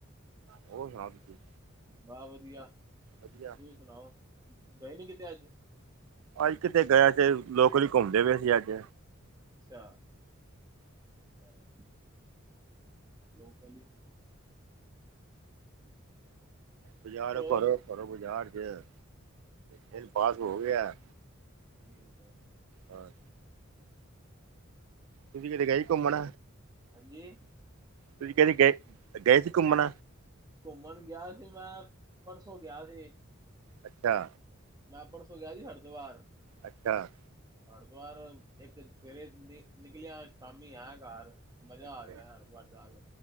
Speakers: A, on the right (about 85°); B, on the right (about 15°).
A: ਹੋਰ ਸੁਣਾਓ ਤੁਸੀਂ।
B: ਬਾ ਵਧੀਆ
A: ਵਧੀਆ
B: ਤੁਸੀਂ ਸੁਣਾਓ ਗਏ ਨੀ ਕਿਤੇ ਅੱਜ?
A: ਅੱਜ ਕਿਥੇ ਗਏ ਸੀ, ਲੋਕਲ ਹੀ ਘੁੰਮਦੇ ਪਏ ਸੀ ਅੱਜ।
B: ਅੱਛਾ, ਠੀਕ ਹੈ ਲੋਕਲ ਹੀ।
A: ਬਜ਼ਾਰੋ
B: ਹੋਰ
A: ਘਰੋਂ-ਘਰੋਂ ਬਾਜ਼ਾਰ ਗਏ ਆਂ ਬਿਲ ਪਾਸ ਹੋ
B: ਅੱਛਾ,
A: ਗਿਆ।
B: ਠੀਕ ਹੈ।
A: ਹਾਂ। ਤੁਸੀਂ ਕਿਥੇ ਗਏ ਸੀ ਘੁੰਮਣ?
B: ਹਾਂਜੀ।
A: ਤੁਸੀਂ ਕਿਥੇ ਗਏ-ਗਏ ਸੀ ਘੁੰਮਣ?
B: ਘੁੰਮਣ ਗਿਆ ਸੀ ਮੈਂ ਪਰਸੋਂ ਗਿਆ ਸੀ।
A: ਅੱਛਾ।
B: ਮੈਂ ਪਰਸੋਂ ਗਿਆ ਜੀ ਹਰਿਦੁਵਰ।
A: ਅੱਛਾ।
B: ਹਰਿਦੁਵਾਰ ਇੱਕ ਸੇਵੇਰੇ ਨਿਕਲਿਆ ਅੱਜ। ਸ਼ਾਮੀ ਆਇਆ ਘਰ ਮਜ਼ਾ
A: ਅੱਛਾ
B: ਆ ਗਿਆਾਰ ਹਰਿਦੁਵਾਰ ਜਾ ਕੇ